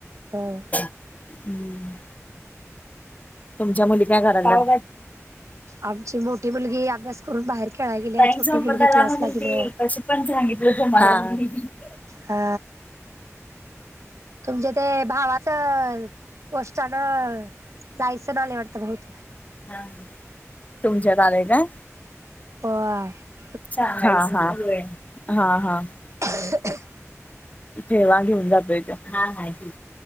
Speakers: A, on the right; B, on the left.
A: ह
B: हम्म हम्म. तुमच्या मुली काय कराल्यात
A: आमची मोठी मुलगी अभ्यास करून बाहेर खेळायला गेली आहे
B: टाइम
A: छोटी
B: संपत
A: मुलगी
B: आला.
A: क्लासला
B: <unintelligible>
A: गेली आहे
B: पण सांगितलं. <unintelligible>
A: हा तुमच्या ते भावाचं. पोस्टान लायसन आले वाटत बहुतेक. <unintelligible>
B: हा तुमच्यात आले का.
A: हो हा
B: चालेलं हा हा हा हा.
A: <unintelligible>
B: ठेवा घेऊन जातोय त्योव